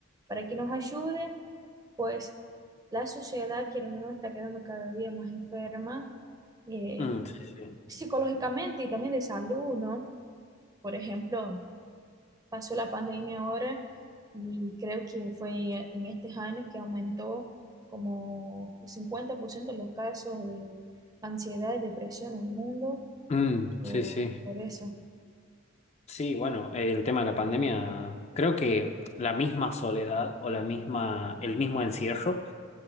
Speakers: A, on the right; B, on the left.
A: para que nos ayude, pues la sociedad, quiero o no, está quedando cada día más enferma. eh,
B: Mm, Sí, sí.
A: psicológicamente y también de salud, ¿no? Por ejemplo, pasó la pandemia ahora y creo que fue en estos años que aumentó como 50% los casos de ansiedad y depresión en el mundo
B: mm,
A: por,
B: sí, sí.
A: por eso.
B: Sí, bueno, el tema de la pandemia, creo que la misma soledad o la misma, el mismo encierro